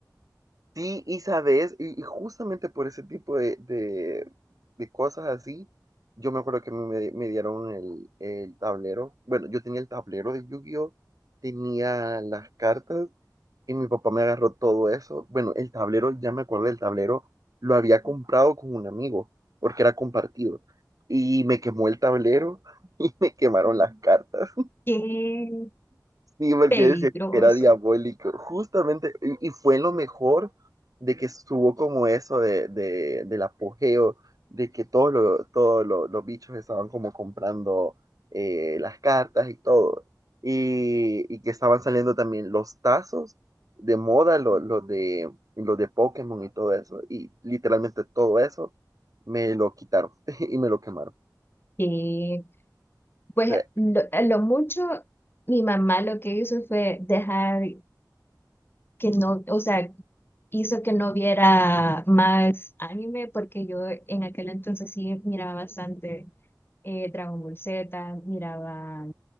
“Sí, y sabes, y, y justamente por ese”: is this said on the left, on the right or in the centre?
Right